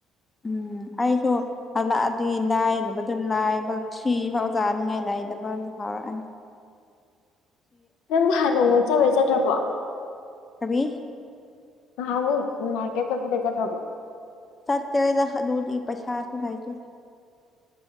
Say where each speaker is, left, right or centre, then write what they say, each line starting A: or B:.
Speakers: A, on the left; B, on the left.
A: ꯎꯝ ꯑꯩꯁꯨ ꯍꯜꯂꯛꯑꯗꯤ ꯂꯥꯏꯔꯕꯗꯨ ꯂꯥꯏꯕ ꯊ꯭ꯔꯤ ꯐꯥꯎꯖꯥꯅꯤꯉꯥꯏ ꯂꯩꯗꯕ ꯑꯗꯨ ꯐꯥꯎꯔꯛꯑꯅꯤ
B: ꯅꯪ ꯍꯥꯟ ꯅꯣꯡꯉꯣꯟꯅ ꯆꯥꯕ ꯆꯥꯗ꯭ꯔꯕꯣ
A: ꯀꯔꯤ
B: ꯍꯕꯨ ꯃꯥꯔꯀꯦꯠ ꯆꯣꯕꯂꯦꯝ
A: ꯆꯠꯔꯗ ꯑꯗꯨꯗꯤ ꯄꯩꯁꯥꯁꯨ ꯂꯩꯖꯦ